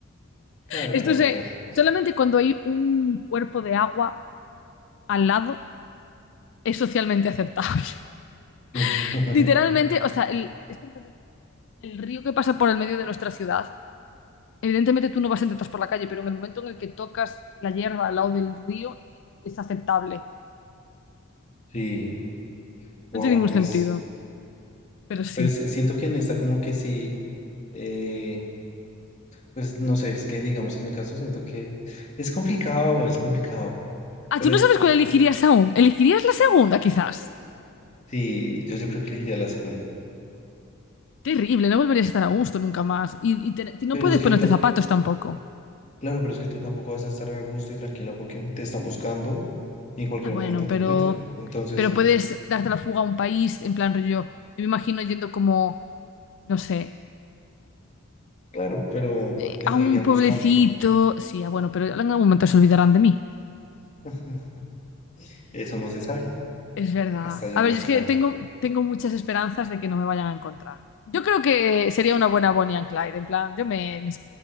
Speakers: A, on the left; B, on the left.
A: Claro,
B: Esto
A: claro,
B: se,
A: claro.
B: solamente cuando hay un cuerpo de agua al lado es socialmente aceptable.
A: <laughs>
B: <laughs> Literalmente, o sea, el, este- el río que pasa por el medio de nuestra ciudad, evidentemente tú no vas en tetas por la calle, pero en el momento en el que tocas la hierba al lado del río es aceptable.
A: Sí, wow,
B: No tiene ningún
A: pues,
B: sentido, pero sí.
A: pues eh, siento que en esta como que sí, eh, pues no sé, es que digamos en el caso siento que es complicado, es complicado,
B: Ah,
A: pero
B: tú no
A: yo-
B: sabes cuál elegirías aún. ¿Elegirías la segunda, quizás?
A: sí, yo, yo creo que elegiría la segunda.
B: Terrible, no volverías a estar a gusto nunca más. Y, y te- y no
A: Pero
B: puedes
A: es que,
B: ponerte
A: ta-
B: zapatos tampoco.
A: claro, pero es que tú tampoco vas a estar a gusto y tranquila porque te están buscando y en cualquier
B: Ah, bueno,
A: momento te
B: pero,
A: encuentran. Entonces,
B: pero puedes darte la fuga a un país, en plan rollo, yo me imagino yendo como, no sé,
A: claro, pero
B: eh,
A: te
B: a
A: seguirían
B: un pueblecito.
A: buscando.
B: Sí, ah, bueno, pero en algún momento se olvidarán de mí.
A: <laughs> Eso no se sabe,
B: Es verdad.
A: hasta ya
B: A
A: no
B: ver, yo
A: se
B: es
A: sabe.
B: que tengo, tengo muchas esperanzas de que no me vayan a encontrar. Yo creo que sería una buena Bonnie and Clyde, en plan, yo me, me, es-